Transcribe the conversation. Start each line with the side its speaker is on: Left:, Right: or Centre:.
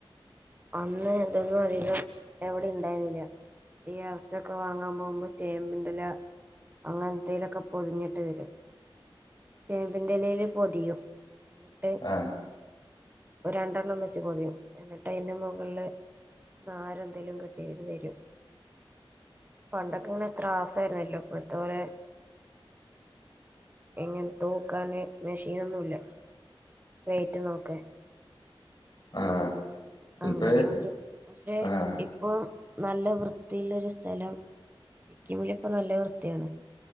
Right: അന്ന് ഇതെന്നും അധികം എവിടിം ണ്ടായിരുന്നില്ല ഈ എർച്ചൊക്ക വാങ്ങാം പോവുമ്പോ ചേമ്പിന്റ എല അങ്ങൻ ത്തേലൊക്കെ പൊതിഞ്ഞിട്ട് തരും ചേമ്പിന്റെ ലയില് പൊതിയും ന്നട്ട്
Left: ആഹ്
Right: ഒരണ്ടെണ്ണം വെച്ച് പൊതിയും എന്നിട്ട് അയ്ന്റ മുകള് നാര എന്തെേലും കേട്ടിയ്ത് തരും പണ്ടൊക്ക ഇങ്ങനെ ത്രാസ ആയിരുന്നല്ലോ ഇപ്പോഴത്തെ പോലെ ഇങ്ങന് തൂക്കാന് മെഷീനൊന്നുല്ല വെയിറ്റ് നോക്കാൻ
Left: ആഹ്
Right: അങ്ങനെ
Left: ഇപ്പ
Right: ഉണ്ട് പക്ഷെ
Left: ആഹ്
Right: ഇ ഇപ്പം നല്ല വൃത്തിയുള്ള ഒരു സ്ഥലം സിക്കിമിൽ ഇപ്പ നല്ല വൃത്തിയാണ്.